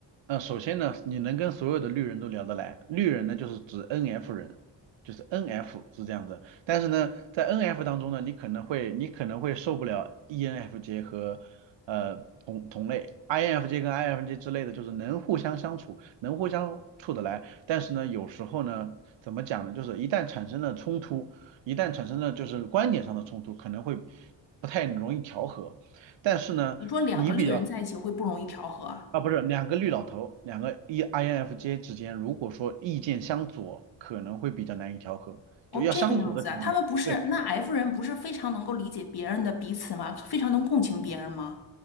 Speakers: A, on the right; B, on the left.
A: 呃，首先呢，你能跟所有的绿人都聊得来，绿人呢就是指 NF 人，就是 NF 是这样的。但是呢，在 NF 当中呢，你可能会你可能会受不了 ENFJ 和呃同同类，INFJ 跟 INFJ 之类的，就是能互相相处，能互相处得来。但是呢，有时候呢，怎么讲呢，就是一旦产生了冲突，一旦产生了就是观点上的冲突，可能会不太容易调和。但是呢，
B: 你说两个绿人在一起会不容易调和啊？
A: 你比较啊，不是两个绿老头，两个 E INFJ 之间，如果说意见相左，可能会比较难以调和，
B: 哦，
A: 就要相左的情况下，
B: 这个样子啊，他们不是，
A: 对，
B: 那 F 人不是非常能够理解别人的彼此吗？非常能共情别人吗？